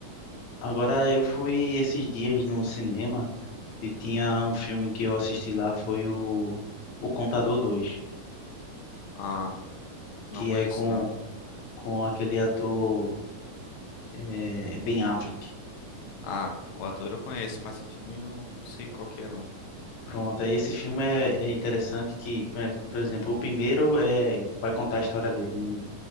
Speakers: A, on the left; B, on the left.
A: Agora, eu fui esses dias no cinema e tinha um filme que eu assisti lá, foi o, o Contador dois
B: Ah, não
A: que
B: conheço
A: é com,
B: não.
A: com aquele ator é, Ben Affleck.
B: Ah, o ator eu conheço, mas o filme eu não, não sei qual que é não.
A: Pronto, aí esse filme é, é interessante que, por por exemplo, o primeiro é, vai contar a história dele, né?